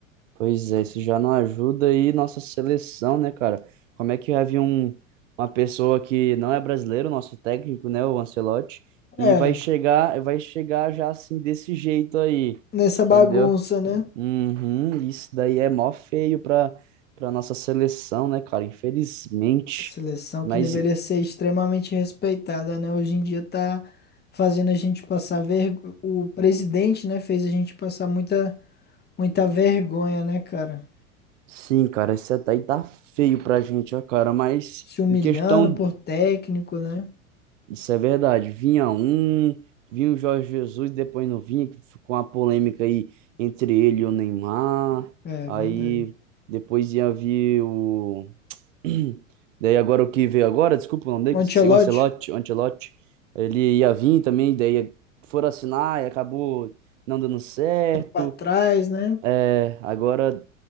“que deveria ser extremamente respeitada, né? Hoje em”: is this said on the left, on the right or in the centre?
Left